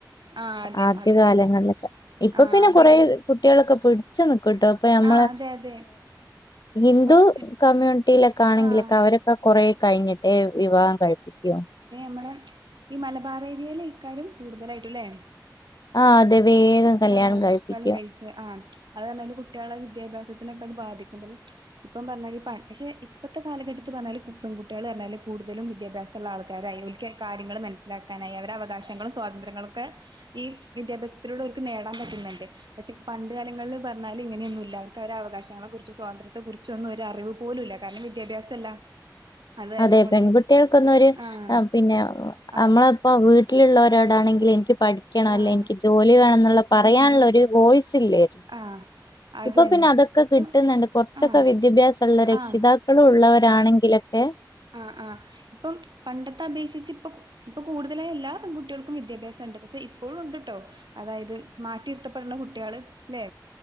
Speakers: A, on the right; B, on the left.
A: ആഹ് അതെ
B: ആദ്യകാലങ്ങളിലൊക്കെ
A: അന്ന്
B: ഇപ്പൊ
A: ആഹ്
B: പിന്നെ
A: അതെ
B: കൊറ കുട്ടികളൊക്കെ പിടിച്ചു നിക്കട്ടോ അപ്പൊ നമ്മള
A: ആഹ് അതെ അതെ
B: ഹിന്ദു
A: പറ്റി
B: കമ്മ്യൂണിറ്റിയിലൊക്കെ ആണെങ്കിലൊക്കെ
A: ആഹ്
B: അവരൊക്കെ കൊറെ കഴിഞ്ഞിട്ട് വിവാഹം കഴിപ്പിക്കോ
A: നമ്മ ഈ മലബാറ ഏരിയയിലെ ഇക്കാര്യം കൂടുതലായിട്ടുംല്ലേ
B: ആ അതെ വേഗം കല്യാണം
A: ആഹ
B: കഴിപ്പിക്കും
A: കലം കഴിച്ച് ആ അഞ്ഞല് കുട്ടികളുടെ വിദ്യാഭ്യാസ ത്തിൊക്കെ അത് ബാധിക്കുമ്പും ഇപ്പം പറഞ്ഞാല് പക്ഷെ ഇപ്പത്തെ കാലഘട്ടത്ത് പറഞ്ഞാ പെൺകുട്ടികൾ കൂടുതലും വിദ്യാഭ്യാസമുള്ള ആൾക്കാരായി ഒ കാര്യങ്ങൾ മനസ്സിലാക്കാനായി അവര അവകാശങ്ങളും സ്വാതന്ത്ര്യങ്ങളൊക്കെ ഈ വിദ്യാഭ്യാസത്തിലുള്ള നേടാൻ പറ്റുന്നുണ്ട് പക്ഷെ പണ്ട് കാലങ്ങളിൽ പറഞ്ഞാല് ഇങ്ങനെയൊന്നുംല്ല അവർക്ക് അവ അവകാശങ്ങളെ കുറിച്ച് സ്വാതന്ത്ര്യത്തെ കുച്ച് കുൊന്നും ഒരു അറിവ് പോലുംല്ല കാരണം വിദ്യാഭ്യാസല്ല അത് കാരണം
B: അതെ
A: കൊണ്ട്
B: പെൺകുട്ടികൾക്കൊന്നരു
A: ആഹ്
B: പിന്നെ
A: ആഹ്
B: നമ്മള ഇപ്പോ വീട്ടിലുള്ളവ രോടാണെങ്കിൽ എനിക്ക് പഠിക്കണം
A: ആഹ്
B: അല്ലെ എനിക്ക് ജോലി വേണം എന്നുള്ള പറയാനുള്ള
A: എണ മോളെ
B: ഒരു വോയ്സ ഇല്ലായിരുന്നു
A: ആഹ് അത്
B: ഇപ്പൊ
A: തന്നെ
B: പിന്നെ അതൊക്കെ
A: ഇപ്പൊ
B: കിട്ടുന്നുണ്ട് കുറച്ചൊക്കെ
A: ആഹ്
B: വിദ്യാഭ്യാസമ ഉുള്ള രക്ഷിതാക്കളും
A: ആഹ്
B: ഉള്ളവരാണെങ്കിലൊക്കെ
A: ആ് ആ് ഇപ്പം പണ്ടത്തെ അപേക്ഷിച്ച് ഇപ്പൊ ഇപ്പൊ കൂടുതലായ എല്ലാ പെൺകുട്ടികൾക്കും വിദ്യാഭ്യാസംുണ്ട് പക്ഷെ ഇപ്പോഴും ഉണ്ട് ട്ടോ അതായത് മാറ്റിയിരുത്തപ്പെടുന്ന കുട്ടികൾ അല്ലെ